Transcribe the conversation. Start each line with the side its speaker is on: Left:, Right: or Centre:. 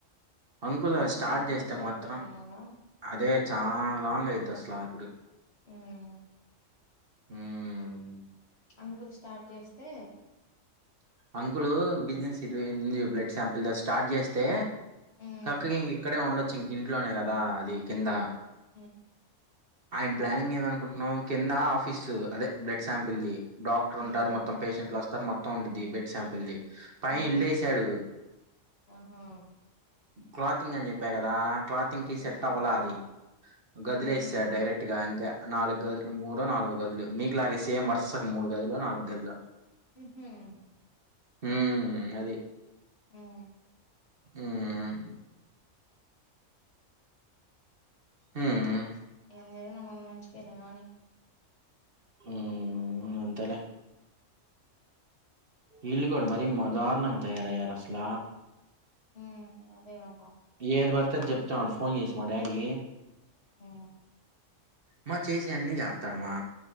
Right: అంకుల్ అది
Left: హాస్పిటల్
Right: స్టార్ట్ చేస్తే
Left: కష్టం
Right: మాత్రం
Left: అయిపోద్దేమోగా
Right: అదే చాలా లాంగ్ అయితది స్లపీడు
Left: ఉమ్
Right: ఉమ్
Left: అంకుల్ స్టార్ట్ చేస్తే
Right: అంకులు బిజినెస్ ఇది బ్లడ్ శాంపుల్ స్టార్ట్ చేస్తే
Left: ఉమ్
Right: అక్కకి ఇక్కడ ఉండ ఇంక ఇంట్లోనే కదా అది కింద
Left: ఉమ్
Right: ఆయన ప్లానింగ్ ఏందనుకుంటున్నావు కింద ఆఫీసు అదే బ్లడ్ సంప్లేది డాక్టర్
Left: హ్మ్
Right: ఉంటారు మొత్త పేషెంట్లు వాస్తు తర్ మోత్ టౌడిది బ్లడ్ సామ్ ప్లేది పైన
Left: హ్మ్
Right: ఇల్లుయేసాడు
Left: ఆహా
Right: క్లాథింగ్ అని చెప్ప కదా ఇలా క్లాత్ంగ్కి
Left: హ్మ్
Right: సెట్ అవ్వాల అది గదిలో
Left: ఉహూ
Right: వేసేస డైరెక్ట్ గా ఇంకా నాలుగు గదులు మూడుో నాలుగు గదులు మీకులాగే సేమ్ వర్సకు మూడు గదులో నాలుగు గదులు
Left: హ్మ్మ్
Right: ఉమ్ అది
Left: హ్మ్
Right: ఆహా మ్మ్ మ్మ్
Left: ఏం జరుగిన మన మంచికెలేగానీ
Right: ఉమ్ అంతేలే ఇల్లు కూడా మరి దారుణంగా తయారయారసాల
Left: ఉమ్ అదేగద
Right: ఏది పడితే అది చెప్తతున్నాడు ఫోన్ చేసి మ డాడి
Left: ఆ
Right: మా చేసేవి అన్ని చేస్తారుమా